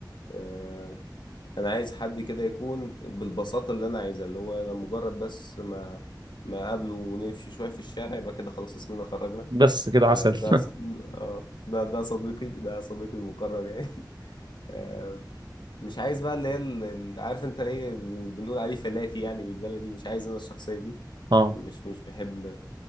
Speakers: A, on the left (about 80°); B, on the right (about 70°).
A: آه، انا عايز حد كده يكون بالبساطه اللي انا عايزها اللي هو انا مجرد بس ما ما اقابله ونمشي شويه في الشارع يبقى كده خلاص اسمنا خرجنا
B: بس كده
A: فده
B: عسل <laughs>
A: ص- اه ده ده صديقي ده صديقي المقرب يعني <laughs> آه، مش عايز بقى اللي هي ال- ال- عارف انت ايه بنقول عليه فلاتي يعني بالبلدي مش عايز انا الشخصيه دي
B: اه
A: مش مش بحب